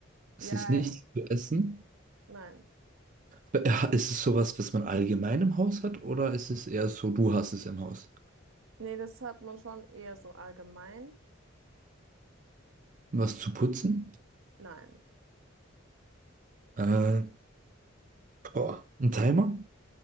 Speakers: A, on the right; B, on the right.
A: Es
B: Ja,
A: ist nichts
B: ja,
A: zu essen.
B: nein.
A: Be- Ist es sowas, was man allgemein im Haus hat, oder ist es eher so, du hast es im Haus?
B: Nee, das hat man schon eher so allgemein.
A: Was zu putzen?
B: Nein,
A: Äh, Boah. ein Timer?